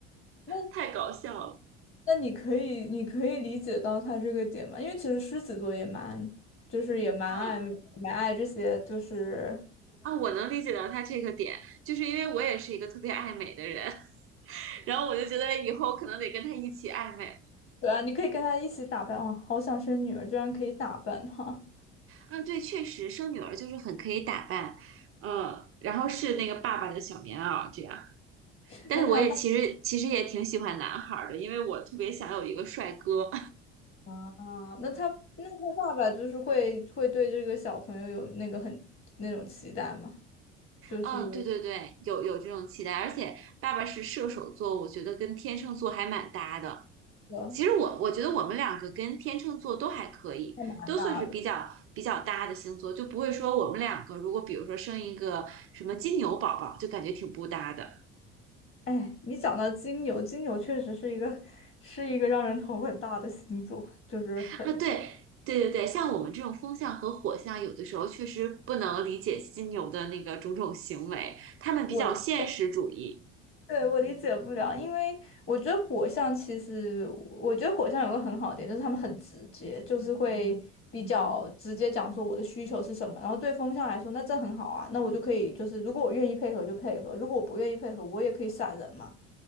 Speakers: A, on the left (about 40°); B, on the right (about 45°).
A: 那
B: 太搞笑了。
A: 那你可以你可以理解到他这个点吗？因为其实狮子座也蛮就是也蛮爱蛮爱这些就是
B: 嗯啊，我能理解到他这个点，就是因为我也是一个特别爱美的人。然后我就觉得以后可能得跟他一起暧昧。
A: 对啊，你可以跟他一起打扮。哇，好想生女儿，居然可以打扮她。
B: 嗯，对，确实生女儿就是很可以打扮，嗯，然后是那个爸爸的小棉袄这样。
A: <laughs>
B: 但是我也其实其实也挺喜欢男孩儿的，
A: 那他爸
B: 因为我特别想有一个帅哥。
A: 啊，那他那他爸爸就是会会对这个小朋友有那个很那种期待吗？就是一
B: 嗯，对对对，有有这种期待，而且爸爸是射手座，我觉得跟天秤座还蛮搭的。
A: 个
B: 其实我我觉得我们两个跟天秤座都还可以，
A: 还蛮大的。
B: 都算是比较比较搭的星座，就不会说我们两个如果比如说生一个什么金牛宝宝，就感觉挺不搭的
A: 哎，你讲到金牛，金牛确实是一个是一个让人头很大的星座，就是很
B: 啊。对对对对，像我们这种风象和火象，有的时候确实不能理解金牛的那个种种行为，他们比较现实主义。
A: 我对我理解不了，因为我觉得火象其实，我觉得火象有个很好的点，就是他们很直接，就是会比较直接讲说我的需求是什么，然后对风象来说，那这很好啊，那我就可以就是如果我愿意配合就配合，如果我不愿意配合，我也可以闪人嘛。